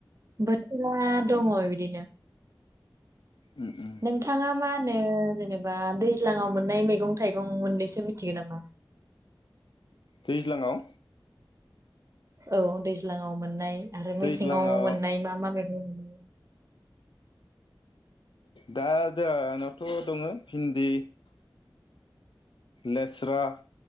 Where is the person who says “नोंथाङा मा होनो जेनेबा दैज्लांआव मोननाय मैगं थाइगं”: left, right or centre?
Right